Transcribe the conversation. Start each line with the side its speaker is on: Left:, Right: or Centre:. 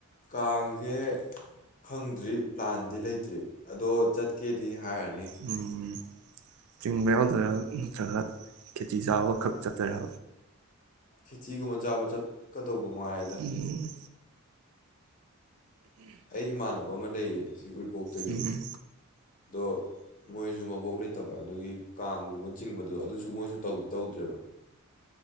Left: ꯀꯥꯡꯁꯦ ꯈꯪꯗ꯭ꯔꯤ ꯄ꯭ꯂꯥꯟꯗꯤ ꯂꯩꯇ꯭ꯔꯤ ꯑꯗꯣ ꯆꯠꯀꯦꯗꯤ ꯍꯥꯏꯔꯥꯅꯤ
Right: ꯎꯝ ꯆꯤꯡꯕ ꯌꯥꯎꯗꯨꯏꯔꯥ ꯅꯠꯇ꯭ꯔꯒ ꯈꯦꯆꯤ ꯆꯥꯕꯈꯛ ꯆꯠꯇꯨꯏꯔꯥ
Left: ꯈꯦꯆꯤꯒꯨꯝꯕ ꯆꯥꯕ ꯆꯠꯀꯗꯧꯕ ꯃꯉꯥꯏ ꯔꯦꯗ
Right: ꯎꯝ
Left: ꯑꯩ ꯏꯃꯥꯟꯅꯕ ꯑꯃ ꯂꯩꯌꯦ ꯁꯤ ꯎꯔꯤꯄꯣꯛꯇꯒꯤ
Right: ꯎꯝ
Left: ꯑꯗꯣ ꯃꯣꯏꯁꯨ ꯃꯕꯣꯛ ꯂꯩꯇꯕ ꯑꯗꯨꯒꯤ ꯀꯥꯡꯒꯨꯝꯕ ꯆꯤꯡꯕꯗꯣ ꯑꯗꯨꯁꯨ ꯃꯣꯏꯁꯨ ꯇꯧꯗꯦ ꯇꯧꯗ꯭ꯔꯦꯕ